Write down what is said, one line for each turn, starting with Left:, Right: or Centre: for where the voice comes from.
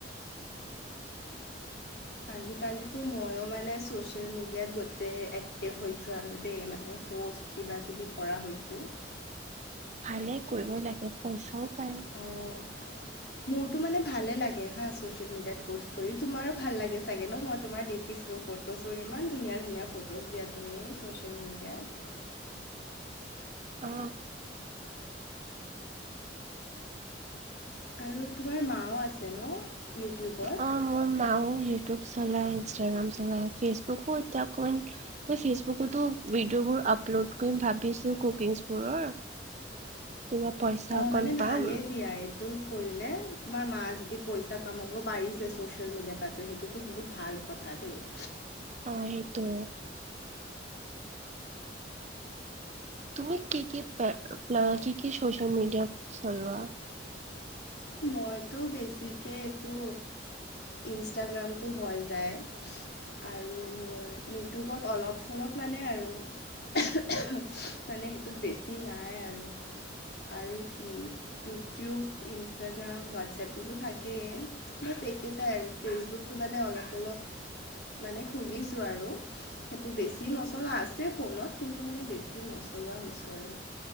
Left: <inaudible> আজিকালিতো ময়ো মানে ছ'চিয়েল মিডিয়াত গোটেই এক্টিভ হৈছোঁ আৰু দেই মানে প'ষ্ট কিবা কিবি কৰা হৈছোঁ
Right: ভালে কৰিব লাগে পইচাও পায়
Left: অঁ মোৰতো মানে ভালে লাগে হা চ'চেইল মেডিয়াত পষ্ট কৰি তোমাৰো ভাল লাগে চাগে ন মই তোমাৰ দে দেখিছোঁ ফটোজবোৰ ইমান ধুনীয়া ধুনীয়া ফটোজ দিয়া তুমি ছ'চিয়েল মিডিয়াত
Right: অ
Left: আৰু তোমাৰ মাও আছে ন ইউটিউবত
Right: অ মোৰ মাও ইউটিউব চলায় ইনষ্টাগ্ৰাম চলায় ফেচবুকো এতিয়া মই ফেচবুকতো ভিডিঅ'বোৰ আপলোড কৰিম ভাবিছো কুকিংছবোৰৰ কিবা পইচা
Left: অঁ
Right: অকন
Left: মানে
Right: পাম
Left: ভালেই দিয়া কৰিলে তোমাৰ মা যদি পইচা কামাব পাৰিছে ছচিয়েল মিডিয়াৰ পৰাতো সেইটোতো বহুত ভাল কথা দেই।
Right: অ সেইটো। তুমি কি কি প কি কি চ'চিয়েল মিডিয়া চলোৱা?
Left: মইতো বেছিকে এইটো ইনষ্টাগ্ৰামটো হৈ যায় আৰু মোৰ ইউটিউবত অলপ চলপ মানে আৰু। মানে সেইটোত বেছি নাই আৰু। আৰু কি ইউটিউব, ইনষ্টাগ্ৰাম, হোৱাটছএপটোতো থাকেই বাছ একেইটাই আৰু ফেচবুকটো মানে অলপ অলপ মানে খুলিছো আৰু। সেইটো বেছি নচলাও আছে ফোনত কিন্তু মানে বেছি নচলোৱা হৈছো আৰু।